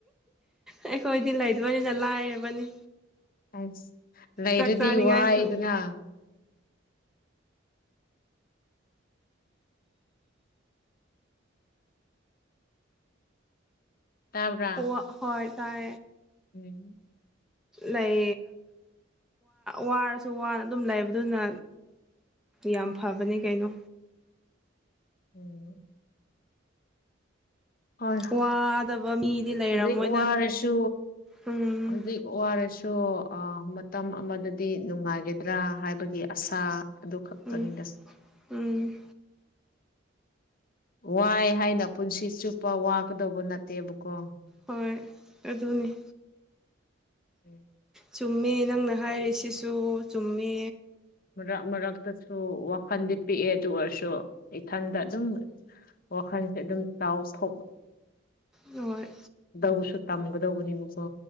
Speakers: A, in the centre; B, on the left (about 45°).
A: ꯑꯩꯈꯣꯏꯗꯤ ꯂꯩꯗꯣꯏꯅꯤꯅ ꯂꯥꯏꯔꯕꯅꯤ
B: ꯑꯁ ꯂꯩꯔꯗꯤ
A: ꯆꯥꯛ ꯆꯥꯅꯤꯡꯉꯥꯏꯁꯨ
B: ꯋꯥꯏꯗꯅ ꯇꯥꯕ꯭ꯔꯥ
A: ꯎ ꯍꯣꯏ ꯇꯥꯏ
B: ꯎꯝ
A: ꯂꯩ ꯋꯥꯔꯁꯨ ꯋꯥꯅ ꯑꯗꯨꯝ ꯂꯩꯕꯗꯨꯅ ꯌꯥꯝ ꯐꯕꯅꯦ ꯀꯩꯅꯣ
B: ꯎꯝ ꯍꯣꯏ
A: ꯋꯥꯗꯕ ꯃꯤꯗꯤ ꯂꯩꯔꯝꯃꯣꯏꯗ
B: ꯍꯨꯖꯤꯛ ꯋꯥꯔꯁꯨ
A: ꯎꯝ
B: ꯍꯨꯖꯤꯛ ꯋꯥꯔꯁꯨ ꯑ ꯃꯇꯝ ꯑꯃꯗꯗꯤ ꯅꯨꯡꯉꯥꯏꯒꯗ꯭ꯔꯥ ꯍꯥꯏꯕꯒꯤ ꯑꯁꯥ ꯑꯗꯨ ꯈꯛꯇꯅꯤꯗ
A: ꯎꯝ ꯎꯝ
B: ꯋꯥꯏ ꯍꯥꯏꯅ ꯄꯨꯟꯁꯤ ꯆꯨꯞꯄ ꯋꯥꯒꯗꯧꯕ ꯅꯠꯇꯦꯕꯀꯣ
A: ꯍꯣꯏ ꯑꯗꯨꯅꯤ
B: ꯎꯝ
A: ꯆꯨꯝꯃꯦ ꯅꯪꯅ ꯍꯥꯏꯔꯤꯁꯤꯁꯨ ꯆꯨꯝꯃꯦ
B: ꯃꯔꯛ ꯃꯔꯛꯇꯁꯨ ꯋꯥꯈꯟꯗꯤ ꯄꯤꯛꯑꯦ ꯑꯗꯨ ꯑꯣꯏꯔꯁꯨ ꯏꯊꯟꯗ ꯑꯗꯨꯝ ꯋꯥꯈꯟꯁꯦ ꯑꯗꯨꯝ ꯆꯥꯎꯊꯣꯛ
A: ꯍꯣꯏ
B: ꯗꯧꯁꯨ ꯇꯝꯒꯗꯧꯕꯅꯦꯕꯀꯣ